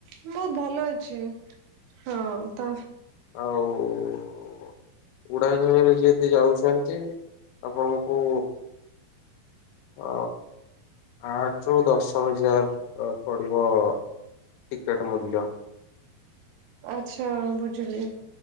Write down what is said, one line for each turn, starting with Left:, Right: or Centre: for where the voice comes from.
Right: ବହୁତ ଭଲ ଅଛି ହଁ ତ
Left: ଆଉ ଉଡ଼ାଝାଜରେ ଯଦି ଯାଉଛନ୍ତି ଆପଣଙ୍କୁ ଓ ଆଠ ରୁ ଦଶ ହଜାରେ ପଡ଼ିବ ଟିକେଟ୍ ମୂଲ୍ୟ।
Right: ଆଚ୍ଛା ବୁଝିଲି।